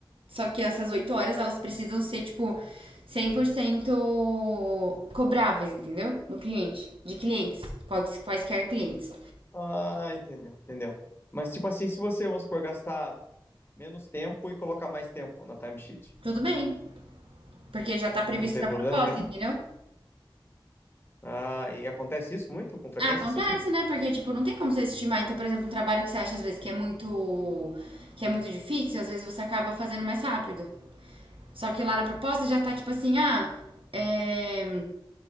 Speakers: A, on the right; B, on the left.
A: Só que essas 8 horas elas precisam ser tipo 100% cobráveis, entendeu? No cliente, de clientes, quais- quaisquer clientes.
B: Ah, entendeu, entendeu. Mas, tipo assim, se você, vamos supor, gastar menos tempo e colocar mais tempo na timesheet,
A: Tudo bem, porque já tá previsto
B: não tem
A: na
B: problema
A: proposta,
B: nenhum?
A: entendeu?
B: Ah, e acontece isso muito com frequência,
A: Acontece,
B: sim?
A: né? Porque, tipo, não tem como você estimar. Então, por exemplo, um trabalho que você acha às vezes que é muito. que é muito difícil, às vezes você acaba fazendo mais rápido. Só que lá na proposta já tá tipo assim, ah, é,